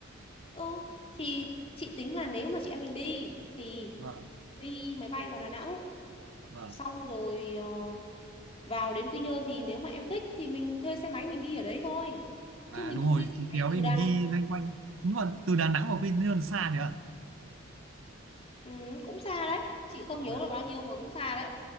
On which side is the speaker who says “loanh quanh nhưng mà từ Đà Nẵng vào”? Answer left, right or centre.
Right